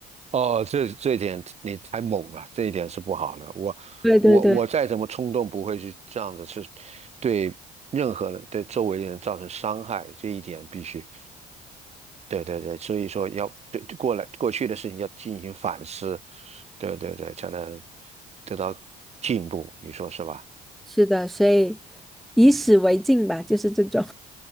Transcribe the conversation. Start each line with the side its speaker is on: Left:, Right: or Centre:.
Right: 哦，这这一点你太猛了，这一点是不好的。我我我再怎么冲动，
Centre: 对对对，
Right: 不会去这样子，是对任何人对周围的人造成伤害，这一点必须。对对对，所以说要对过来过去的事情要进行反思，对对对，才能得到进步，你说是吧？
Centre: 是的，所以以史为镜吧，就是这种。